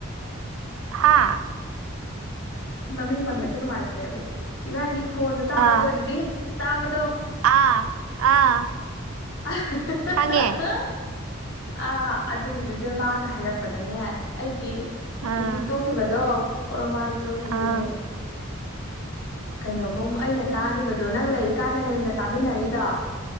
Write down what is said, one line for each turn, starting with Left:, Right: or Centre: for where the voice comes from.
Right: ꯍꯥꯥ
Left: ꯃꯃꯤꯡ ꯄꯟꯕꯁꯦ ꯅꯨꯡꯉꯥꯏꯇ꯭ꯔꯦꯕ ꯑꯩꯁꯦ ꯏꯕꯥꯅꯤ ꯐꯣꯟꯗ ꯇꯥꯕꯗꯣ
Right: ꯑꯥ
Left: ꯔꯤꯗꯤꯡ ꯇꯥꯕꯗꯣ
Right: ꯑꯥ ꯑꯥ
Left: ꯍꯤꯍꯤꯍꯤ
Right: ꯈꯪꯉꯦ
Left: ꯑꯥ ꯑꯗꯨ ꯑꯗꯨꯒꯤꯗꯨꯗ ꯃꯥꯅ ꯍꯥꯏꯔꯛꯄꯗꯅꯦ ꯑꯩꯗꯤ
Right: ꯑꯥ
Left: ꯁꯤꯒꯤ ꯇꯣꯛꯈꯤꯕꯗꯣ ꯄꯣꯔꯣꯃꯄꯥꯒꯤ ꯇꯣꯛꯈꯤꯕꯁꯦ
Right: ꯑꯥ
Left: ꯀꯩꯅꯣꯐꯧ ꯑꯩꯅ ꯇꯥꯈꯤꯕꯗ ꯑꯗꯣ ꯅꯪ ꯂꯩꯔꯤꯀꯥꯟꯗꯅꯦꯅ ꯇꯥꯃꯤꯟꯅꯔꯤꯗꯣ